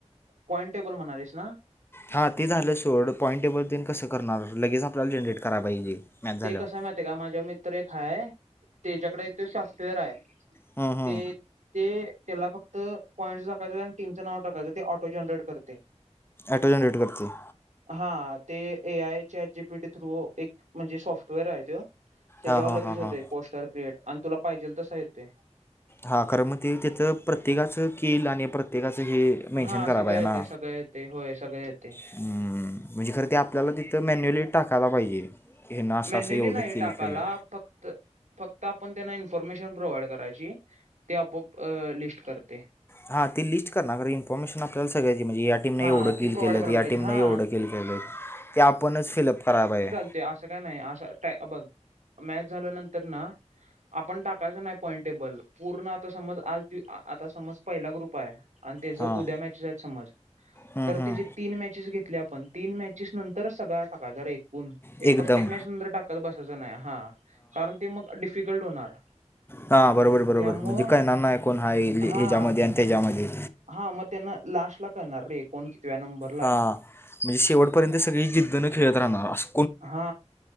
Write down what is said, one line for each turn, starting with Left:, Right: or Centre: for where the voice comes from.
Right: पॉइंट टेबल म्हणालीस ना
Left: हा ते झालं सोड पॉईंट टेबल त कसं करणार लगेज आपल्याला जनरेट कराय पाहिजे मॅच झाल्यावर
Right: ते कसं माहती आहे का माझ्या मित्र एक हाय त्याच्याकडे इथे सॉफ्टवेअर आहे
Left: हां हां
Right: ते ते त्याला फक्त पॉइंट टाकायचं आणि टीमचं नाव टाकायचं ते ऑटो जनरेट करते
Left: ॲटो जनरेट करते
Right: हा ते ए आयच्या जीपी थ्रू एक म्हणजे सॉफ्टवेअर आहे त त्याच्यावर
Left: हां हां
Right: लगेच
Left: हां
Right: होते
Left: हां
Right: पोस्टर क्रिएट आणि तुला पाहिजेल तसा येत ते
Left: हा कारर मग ते त्याथं प्रत्येकाचं केल आणि प्रत्येकाचं हे मेन्शन
Right: हा
Left: करायला
Right: सगळ
Left: पाहिजे
Right: येते
Left: ना
Right: सगळं येते होय सगळे येते
Left: हम्म, म्हणजे खरं ते आपल्याला तिथं मॅन्युअली टाकायला पाहिजे हे ना असं
Right: मॅन्युली
Left: असं एवढं
Right: नाही
Left: किल
Right: टाकाला
Left: केलं
Right: फक्त तर फक्त आपण त्यांना इन्फॉर्मेशन प्रोव्हाइड करायची ते आपप लिस्ट करते
Left: हां ते लिस्ट करणार ख इनफॉर्मेशन आपल्याला सगळयची म्हजे या टीमने
Right: हा
Left: एवढं किल
Right: ते प्रोव्हाइड
Left: केलं आहे
Right: करायला
Left: या
Right: पाहिजे
Left: टीमनं
Right: हा
Left: एवढं किल केलं ते आपणच फिलअप कराव पाहिजे
Right: ते असं काय नाही असं बघ मॅच झाल्या नंतर ना आपण टाकायचं नाही पॉइंट टेबल पूर्ण आता समज आज आता समज पहिला ग्रुप आहे आणि ते ज
Left: हां
Right: उद्या मॅचेस आहेत समज
Left: हं,
Right: तर
Left: हं.
Right: तेचेे तीन मॅचेस घेतले आपण तीन मॅचेस नंतरच सगळा टाका जर एकूण एक
Left: एकदम
Right: प्रत्येक मॅच सुंदर टाकत बसायचं नाही हा कारण ते मग डिफिकल्ट होणार
Left: हा बरोबर बरोबर
Right: त्यामुळं
Left: म्हणजे काय नाना आहे कोण हा ह्याच्यामध्ये
Right: हा
Left: आणि त्याच्यामध्ये
Right: हा मग त्यांना लास्ट ला करळणार रे कोण कितव्या नंबर
Left: ह म्हणजे शेवटपर्यंत सगळी जिद्दनं खेळत राहणार अस
Right: हा